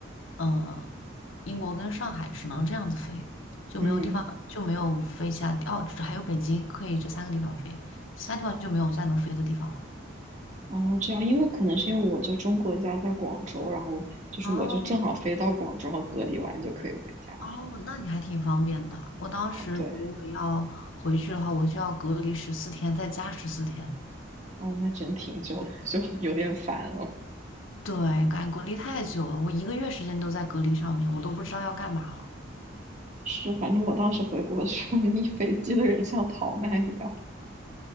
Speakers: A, on the left; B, on the right.
A: 呃，英国跟上海只能这样子飞，就没有地方就没有飞其他地，
B: 嗯，
A: 哦，只还有北京可以这三个地方飞，其他地方就没有再能飞的地方了。
B: 哦，这样，因为可能是因为我就中国家在广州，然后就是我就正好飞到广州，
A: 哦，
B: 然后隔离完就可以回家了。
A: 哦，那你还挺方便的。我当时如果要回去的话，
B: 对，
A: 我就要隔离十四天，再加十四天。
B: 哦，那真挺久的，<laughs> 就有点烦了。
A: 对，感觉隔离太久了，我一个月时间都在隔离上面，我都不知道要干嘛了。
B: 是，反正我当时回国的时候，那一飞机的人像逃难一样。